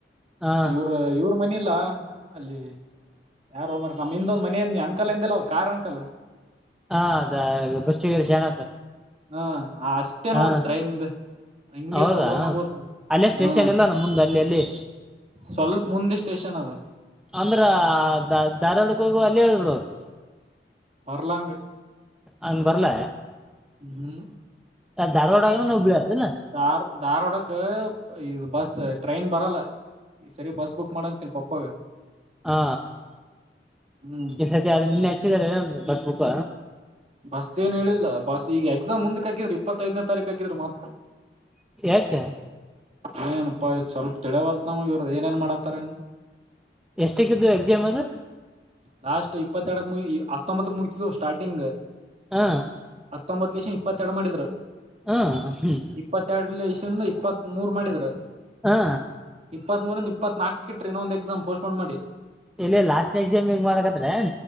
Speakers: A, in the centre; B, on the right.
A: ಹಾ
B: ಇವ್ರ ಇವ್ರ ಮನಿಲ್ಲ ಅಲ್ಲಿ. ಯಾರೋಮ ನಮ್ಮ ಹಿಂದೊಂದ ಮನೇ ನೀ ಅಂಕಲ್ ಎಂದಿಲ್ಲ ಕಾರ್ ಅಂಕಲ್.
A: ಹಾ ಅದ ಬೃಸ್ಗರ ಶರಣಪ್ಪ.
B: ಹ್ಮ ಅಷ್ಟ. ಮತ್ತೆ
A: ಹಾ
B: ನೋಡ್ರಿ ಟ್ರೈನ್ ಹಂಗ
A: ಹೌದಾ
B: ಸುರನಂಗ ಗೊತ್ತು....
A: ಅಲ್ಲೇ ಸ್ಟೇಷನ್
B: ಹಾ
A: ಇಲ್ಲ ನಮ್ಮ ಮುಂದೆ ಅಲ್ಲಿ ಅಲ್ಲಿ
B: ಸ್ವಲ್ಪ ಮುಂದೆ ಸ್ಟೇಷನ್ ಅದ
A: ಅಂದ್ರ ದ ದ ಧಾರವಾಡಕ್ಕೆ ಹೋಗು ಅಲ್ಲಿ ಇಳ್ದ್ ಬಿಡ್ಬೇಕು.
B: ಬರ್ಲಾಂಗ.
A: ಹಂಗ ಬರ್ಲ
B: ಹ್ಮ್
A: ಧಾರ್ವಾಡಾಗ ನ ಹುಬ್ಬಳ್ಳಿ ಆತಾ ಏನ್
B: ದಾರ್ ಧಾರ್ವಾಡಕ್ ಇದು ಬಸ್ ಟ್ರೈನ್ ಬರಲ್ಲ. ಈ ಸರಿ ಬಸ್ ಬುಕ್ ಮಾಡಂತನಿ ಪಪ್ಪಾಗ.....
A: ಹಾ
B: ಹ್ಮ್
A: ಈ ಸತಿ ಅದು ನಿನ್ನೆ ಹಚ್ಚಿದಿದ್ದಾರೆ ಒಂದು ಬಸ್ ಬುಕ್.
B: ಬಸ್ತ್ ಏನ್ ಹೇಳಿಲ್ಲ ಬಸ್ ಈಗ ಎಕ್ಸಾಮ್ ಮುಂದಕ್ಕಾಗಗಿದ್ರು ಇಪ್ಪತ್ತೈದನೇ ತಾರೀಕ ಆಗಿದ್ರು ಮತ್ತೆ
A: ಏಕಾ
B: ಏನಪ್ಪಾ್ ಸ್ವಲ್ಪ ತಿಳವಲ್ತ್ ನಮಗ ಇವ್ರ ಏ ಏನ್ ಮಾಡಕತಾರ ಏನ್.
A: ಎಷ್ಟಿಕ್ಕಿದ್ದು ಎಕ್ಸಾಮ್ ಅದು
B: ಲಾಸ್ಟ್ ಇಪ್ಪತ್ತೆರಡಕ್ ಮುಗ ಹತ್ತೊಂಬತ್ತಕ್ ಮುಗಿತಿದ್ದವು ಸ್ಟಾರ್ಟಿಂಗ್
A: ಹಾ
B: ಹತ್ತೊಂಬತ್ತುಲೇಶಿ ಇಪ್ಪತ್ತೆರಡು ಮಾಡಿದ್ರು.
A: ಹಾ ಹ್ಮ್
B: ಇಪ್ಪತ್ತೆರಡುಲೇಶಿಂದ ಇಪ್ಪತ್ ಮೂರ್ ಮಾಡಿದ್ರು.
A: ಹಾ
B: ಇಪ್ಪತ್ ಮೂರಂದ ಇಪ್ಪತ್ನಾಲು ಇಟ್ರ ಇನ್ನೊಂದು ಎಕ್ಸಾಮ್ ಪೋಸ್ಟ್ಪೊನ್ ಮಾಡಿ
A: ಇಲ್ಲಿ ಲಾಸ್ಟ್ ಎಕ್ಸಾಮ್ ಹೆಂಗ್ ಮಾಡಕಾದ್ರ